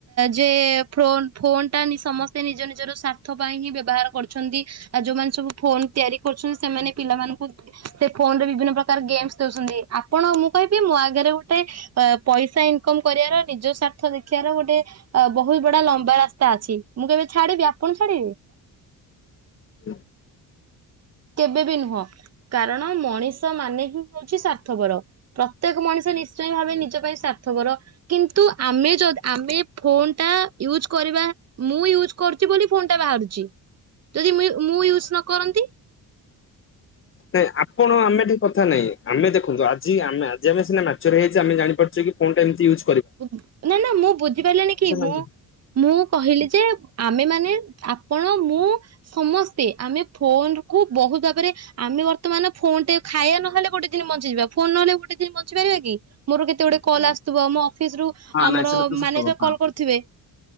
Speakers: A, on the right; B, on the left.
A: ଯେ ଫ୍ରନ୍ ଫୋନ୍ ଟା ସମସ୍ତେ ନିଜ ନିଜର ସ୍ୱାର୍ଥ ପାଇଁ ହିଁ ବ୍ୟବହାର କରୁଛନ୍ତି। ଆ ଯୋଉମାନେ ସବୁ ଫୋନ୍ ତିଆରି କରୁଛନି, ସେମାନେ ପିଲାମାନଙ୍କୁ ସେ ଫୋନ୍ ରେ ବିଭିନ୍ନ ପ୍ରକାର ଗେମ୍ ସ୍ <unintelligible> ସନ୍ତି। ଆପଣ ମୁଁ କହିବି ମୋ ଆଗରେ ଗୋଟେ ଅ ପଇସା ଇନ୍ କମ୍ କରିଆର ନିଜ ସ୍ୱାର୍ଥ ଦେଖିଆର ଗୋଟେ ଅ ବହୁତ୍ ବଡା ଲମ୍ବା ରାସ୍ତା ଅଛି। ମୁଁ କେବେ ଛାଡିବି, ଆପଣ ଛାଡିବେ?
B: ହୁ।
A: କେବେ ବି ନୁହଁ? କାରଣ ମଣିଷ ମାନେ ହିଁ ହଉଛି ସ୍ୱାର୍ଥପର। ପ୍ରତ୍ୟେକ ମଣିଷ ନିଶ୍ଚୟ ଭାବେ ନିଜ ପାଇଁ ସ୍ୱାର୍ଥପର। କିନ୍ତୁ, ଆମେ ଯଦ୍ ଆମେ ଫୋନ୍ ଟା ୟୁଜ୍ କରିବା, ମୁଁ ୟୁଜ୍ କରୁଚି ବୋଲି, ଫୋନ୍ ଟା ବାହାରୁଚି। ଯଦି ମ୍ୟୁ ମୁଁ ୟୁସ୍ ନ କରନ୍ତି?
B: ନାଇଁ, ଆପଣ ଆମେ ଏଠି କଥା ନାଇଁ। ଆମେ ଦେଖନ୍ତୁ, ଆଜି ଆମେ ଆଜି ଆମେ ସିନା ମାଚର ହେଇଚେ, ଆମେ ଜାଣିପାରୁଚେ କି ଫୋନ୍ ଟା ଏମତି ଇଉଜ୍
A: ନା, ନା, ମୁଁ ବୁଝିପାରିଲିନି କି, ମୁଁ
B: ନାହାନ୍ତି।
A: ମୁଁ, କହିଲି ଯେ, ଆମେ ମାନେ ଆପଣ ମୁଁ ସମସ୍ତେ, ଆମେ ଫୋନ୍ କୁ ବହୁତ୍ ଭାବରେ ଆମେ ବର୍ତ୍ତମାନ ଫୋନ୍ ଟେ, ଖାଇଆ ନ ହେଲେ ଗୋଟେ ଦିନ ବଞ୍ଚିଯିବା। ଫୋନ୍ ନ ହେଲେ ଗୋଟେ ଦିନ୍ ବଞ୍ଚି ପାରିବା କି? ମୋର କେତେ ଗୁଡେ କଲ୍ ଆସଥୁବ। ମୋ ଅଫିସ୍ ରୁ
B: ହଁ
A: ଆମର
B: ନାଇଁ ସେଟା ତ ସତ
A: ମ୍ୟାନେଜର
B: କଥା।
A: କଲ୍ କରୁଥିବେ।